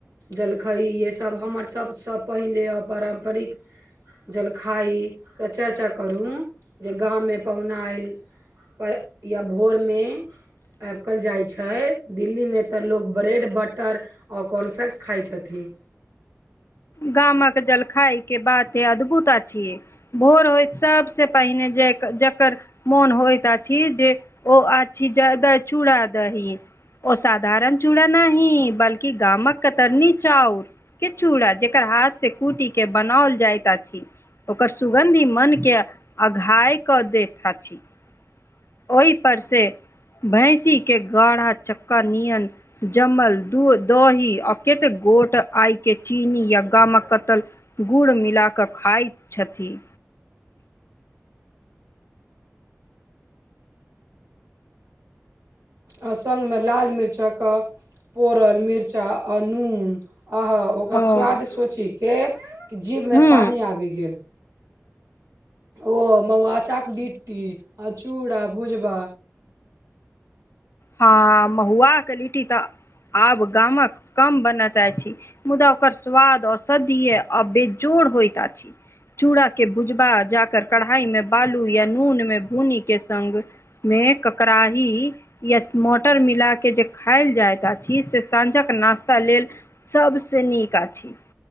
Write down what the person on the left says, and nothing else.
गामक जलखय के बाते अद्भुत अछि। भोर होएत सबसे पहिने जैक जकर मोन होएत अछि जे ओ अछि जादा चूड़ा-दही ओ सधारण चूड़ा नाहि बल्कि गामक कतरनी चाउर के चूड़ा। जेकर हाथ से कुटी के बनौल जाएत अछि। ओकर सुगन्ध ही मन के अघाय क दैत अछि। ओय पर से भैंसी के गाढ़ा चक्का नियन जम्मल दूध-दही आ कतेक गोट आय के चीनी या गामक कतल गुड़ मिला कै खाएत छथि।
हँ
हूँ
हाँ महुआ के लिट्टी तऽ आब गामक कम बनैत अछि। मुदा ओकर स्वाद औषधीय आ बेजोड़ होएत अछि। चूड़ा के भुजबा जा कै कढ़ाई में बालू या नून मे भुनी के संग मे ककराहि या मटर मिला के जे खाएल जाएत अछि से साँझक नास्ता लेल सबसे निक अछि